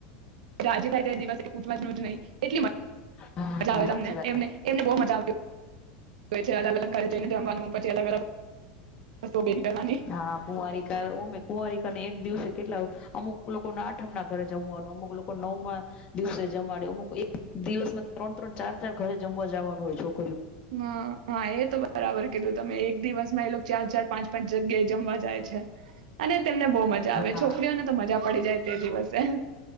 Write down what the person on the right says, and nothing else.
રાજે થાય ત દિવસ પૂછવા જ ન જ નં એલી મા
આવે
તમને
એમને બહ મજા આવ અલગ અલગ ઘરે જઈને. નું પચ અલગ વસ્તુઓ ભેગી કરવાની.
હ હા એ તો બરાબર કીધું તમે એક એક દિવસમાં એ ચાર ચાર પાંચ પાંચ જગ્યા એ જમવા જાય છે અને તેમને બહુ મજા આવે
છોકરીઓ ને તો મજા પડી જાય. તે દિવસે